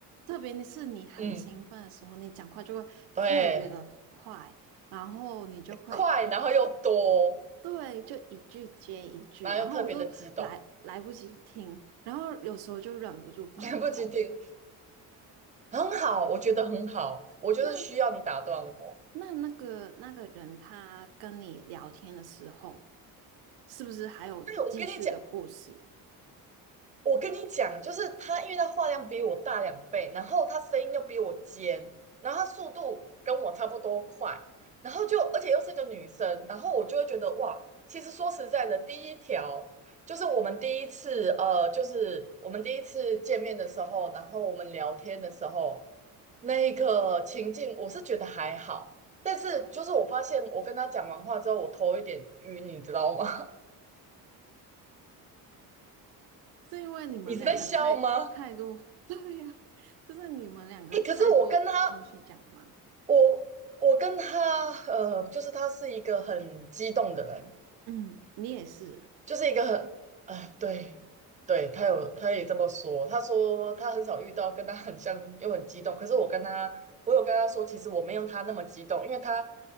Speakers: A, on the right; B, on the right.
A: 特别是你很兴奋的时候，
B: 嗯，
A: 你讲话就会特别的快，
B: 对。
A: 然后你就会一
B: 快，然后又多，
A: 对，就一句接一句，
B: 然后又特别的激动，
A: 然后我都来来不及听，然后有时候就忍不住放空。
B: <laughs> 来不及听，很好，我觉得很好，我就是需要你打断我。
A: 那那那个那个人他跟你聊天的时候，是不是还有继续的故事？
B: 对，我跟你讲，我跟你讲，就是他，因为他话量比我大两倍，然后他声音又比我尖，然后他速度跟我差不多快，然后就而且又是个女生，然后我就会觉得哇，其实说实在的，第一条。就是我们第一次，呃，就是我们第一次见面的时候，然后我们聊天的时候，那个情境，我是觉得还好，但是就是我发现我跟他讲完话之后，我头有点晕，你知道吗？
A: 是因为你们两个太太多，
B: <laughs> 你是在笑吗？
A: <laughs> 对呀，就是你们两个太多东西讲嘛。
B: 哎、可是我跟他，我我跟他，呃，就是他是一个很激动的人，
A: 嗯，你也是。
B: 就是一个很，哎，对，对，他有，他也这么说。他说他很少遇到跟他很像又很激动，可是我跟他，我有跟他说，其实我没有他那么激动，因为他，